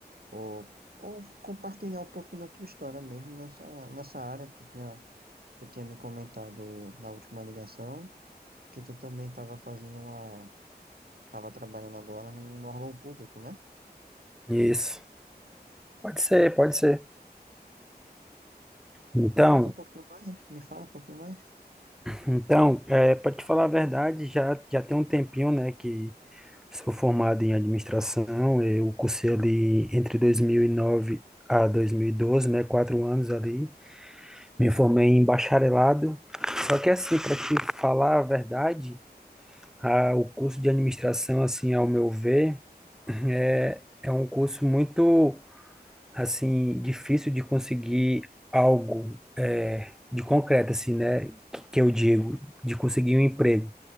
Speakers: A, on the right (about 65°); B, in the centre.
A: ou, ou compartilhar um pouco da tua história mesmo nessa, nessa área que tu tinha, tu tinha me comentado na última ligação. Que tu também estava fazendo uma, Tava trabalhando agora no, no órgão público, né?
B: Isso. Pode ser, pode ser. Então,
A: Me conta um pouquinho mais, me fala um pouquinho mais.
B: então, é, para te falar a verdade, já, já tem um tempinho, né, que sou formado em administração. Eu cursei ali entre 2009 a 2012, né, quatro anos ali. Me formei em bacharelado. Só que assim, para te falar a verdade, a, o curso de administração, assim, ao meu ver, é é um curso muito assim, difícil de conseguir algo é, de concreto, assim, né? Que, que eu digo, de conseguir um emprego.